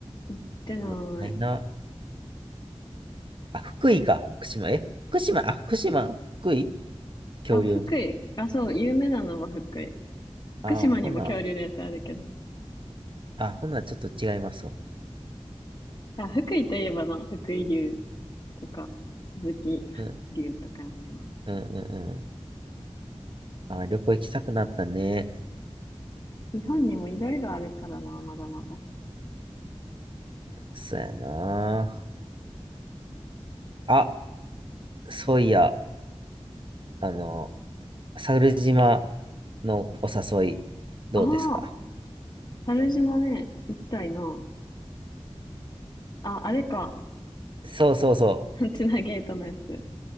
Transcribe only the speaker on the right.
もったいな。あ、福井か。福島。え福島、あ、福島、福井恐竜の。
あ、ほな、あ、ほな、ちょっと違いますわ。
うんうんうんうん。あ、旅行行きたくなったね。
そうやな。あ、そういや、あの、猿島のお誘い、どうですか
そうそうそ